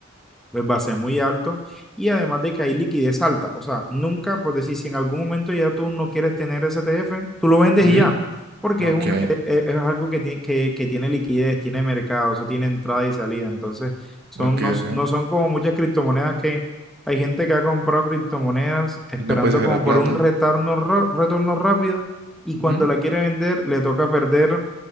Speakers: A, in the centre; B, on the right (about 55°).
A: pues va a ser muy alto y además de que hay liquidez alta. O sea, nunca, por decir, si en algún momento ya tú no quieres tener STF, tú lo vendes
B: ujú.
A: y ya, porque
B: Ok,
A: es, un, es, es algo que tiene, que, que, tiene liquidez, tiene mercado, eso tiene entrada y salida. Entonces, son,
B: ok,
A: no,
B: ok.
A: no son como muchas criptomonedas que hay gente que ha comprado criptomonedas esperando
B: ¿Y no puedes sacar
A: como
B: la plata?
A: por un retorno, retorno rápido y
B: Ujú.
A: cuando la quiere vender le toca perder